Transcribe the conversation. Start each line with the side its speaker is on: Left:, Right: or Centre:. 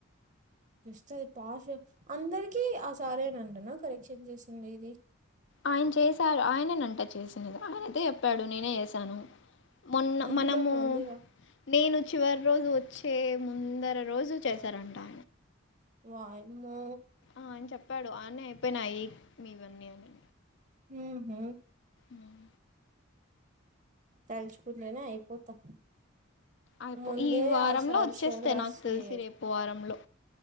Right: వస్తుది పాస్ అందరికిీ ఆ సారేనంటనా కరెక్షన్ చేసి ఇది
Left: ఆయన చేశారు ఆయననంట చేసినది ఆయనయితే చెప్పాడు నేనే చేసాను మొన్న
Right: అంత
Left: మనము
Right: మందివా
Left: నేను చివరి రోజు వచ్చే ముందర రోజు చేశారంటా
Right: వయమ్మో
Left: ఆ అని చెప్పాడు ఆన్న అయిపోయినాయి మీ ఇవన్నీ అని
Right: ఉహు
Left: ఉమ్.
Right: తలుచుకులేనా అయిపోతాం
Left: అయిపో
Right: మందే
Left: ఈ వారంలో
Right: అ సారు
Left: వచ్చేస్తాయి
Right: సోది రాస్తే
Left: నాకు తెలిసి
Right: ఏయరు
Left: రేపు వారంలో